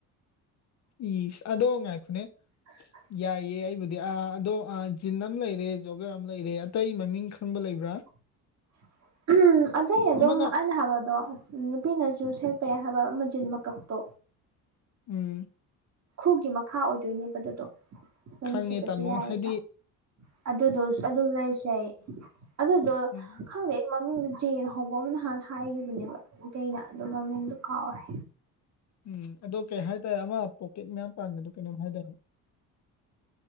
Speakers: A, on the left; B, on the right.
A: ꯏꯁ ꯑꯗꯣ ꯉꯥꯏꯈꯣꯅꯦ
B: <inaudible>
A: ꯌꯥꯏꯌꯦ ꯑꯩꯕꯨꯗꯤ ꯑꯥ ꯑꯗꯣ ꯖꯤꯟ ꯑꯃ ꯂꯩꯔꯦ ꯖꯣꯒꯔ ꯑꯃ ꯂꯩꯔꯦ ꯑꯇꯩ ꯃꯃꯤꯡ ꯈꯪꯕ ꯂꯩꯕ꯭ꯔꯥ
B: <inaudible> ꯎꯝ ꯑꯇꯩ ꯑꯗꯨꯝ
A: ꯑꯃꯅ
B: ꯑꯩꯅ ꯍꯥꯏꯕꯗꯣ ꯅꯨꯄꯤꯅꯁꯨ ꯁꯦꯠꯄ ꯌꯥꯏ ꯍꯥꯏꯕ ꯖꯤꯜ ꯃꯀꯛꯇꯣ
A: ꯎꯝ
B: ꯈꯨꯒꯤ ꯃꯈꯥ ꯑꯣꯏꯗꯣꯏꯅꯦꯕ ꯑꯗꯨꯗꯣ ꯅꯣꯏꯅ
A: ꯈꯪꯉꯦ
B: ꯁꯦꯠꯄꯁꯨ
A: ꯇꯥꯃꯣ
B: ꯌꯥꯏꯌꯦꯕ
A: ꯍꯥꯏꯗꯤ
B: ꯑꯗꯨꯗꯣ ꯑꯗꯨ ꯂꯩꯔꯁꯨ ꯌꯥꯏꯌꯦ ꯑꯗꯨꯗꯣ
A: ꯎꯝ
B: ꯈꯪꯗꯦ ꯑꯩ ꯃꯃꯤꯡꯗꯨ ꯖꯦꯅ ꯍꯧꯕ ꯑꯃꯅ ꯅꯍꯥꯟ ꯍꯥꯏꯈꯤꯕꯅꯦꯕ ꯏꯇꯩꯅ ꯑꯗꯨꯣ ꯃꯃꯤꯡꯗꯨꯣ ꯀꯥꯎꯔꯦ
A: ꯎꯝ ꯑꯗꯣ ꯀꯩ ꯍꯥꯏꯇꯥꯔꯦ ꯑꯃ ꯄꯣꯛꯀꯦꯠ ꯃꯌꯥꯝ ꯄꯥꯟꯕꯗꯣ ꯀꯩꯅꯣꯝ ꯍꯥꯏꯗꯥꯏꯅꯦ